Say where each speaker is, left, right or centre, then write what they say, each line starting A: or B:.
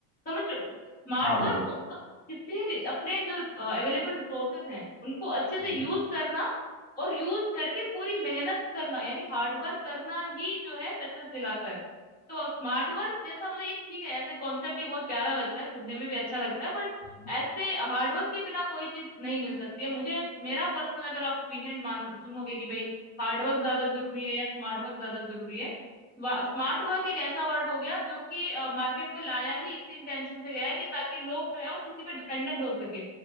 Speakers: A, on the left (about 20°); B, on the left (about 40°).
A: समझ रहे हो स्मार्ट
B: हाँ बिल्कुल
A: वर्क उस किसी रि- अपने जो अवेलेबल रिसोर्सेस हैं उनको अच्छे
B: हम्म
A: से यूज करना और यूज करके पूरी मेहनत करना यानी हार्ड वर्क करना ही जो है सक्सेस दिलाता है तो स्मार्ट वर्क जैसा मतलब ये ठीक है ऐसे कॉन्सेप्ट ये बहुत प्यारा लगता है सुनने में भी अच्छा लगता है बट
B: हम्म।
A: ऐसे हार्ड वर्क के बिना कोई चीज नहीं मिल सकती है मुझे मेरा पर्सनल अगर आप ओपिनियन मान सुनोगे कि भाई हार्ड वर्क ज्यादा जरूरी है या स्मार्ट वर्क ज्यादा जरूरी है स्मार्ट वर्क एक ऐसा वर्ड हो गया जो कि मार्केट में लाया ही इसी इंटेंशन से गया है कि ताकि लोग जो है वो किसी पे डिपेंडेंट हो सके